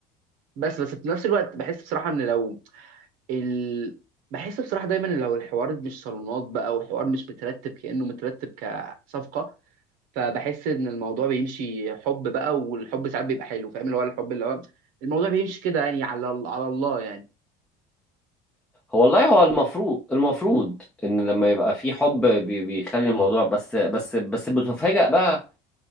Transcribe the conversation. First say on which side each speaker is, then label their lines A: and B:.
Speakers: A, on the right; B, in the centre.
A: بس بس في نفس الوقت بحس بصراحة إن لو ال... بحس بصراحة دايما لو الحوار مش صالونات بقى وحوار مش مترتب كأنه مترتب كصفقة فبحس إن الموضوع بيمشي حب بقى والحب ساعات بيبقى حلو فاهم اللي هو الحب اللي هو الموضوع بيمشي كده يعني على على الله يعني
B: هو والله هو المفروض المفروض ان لما يبقى في حب بي- بيخلي الموضوع بس بس بس بتفاجأ بقى